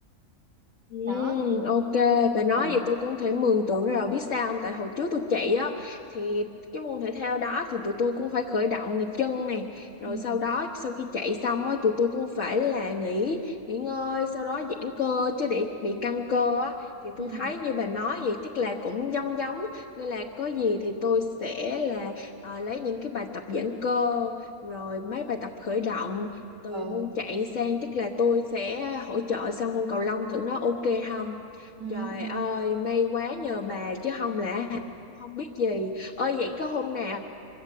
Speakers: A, on the left (about 60°); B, on the right (about 75°).
A: Ừ,
B: đó
A: ok, bà nói
B: ừ
A: vậy tôi cũng thể mường tượng rồi biết sao không? Tại hồi trước tôi chạy á thì cái môn thể thao đó thì tụi tôi cũng phải khởi động này chân nè, rồi
B: ừ
A: sau đó sau khi chạy xong á tụi tôi cũng phải là nghỉ nghỉ ngơi, sau đó giãn cơ chứ để bị căng cơ á thì
B: ừ
A: tôi thấy như bà nói vậy chắc là cũng giống giống nên là có gì thì tôi sẽ là à, lấy những cái bài tập giãn cơ rồi mấy bài tập khởi động từ
B: ừ
A: môn chạy sang chắc là tôi sẽ hỗ trợ sang môn cầu lông thử nó ok không
B: ừ
A: trời
B: ừ
A: ơi may quá nhờ bà chứ không là hả, tôi cũng không biết gì ơi vậy có hôm nào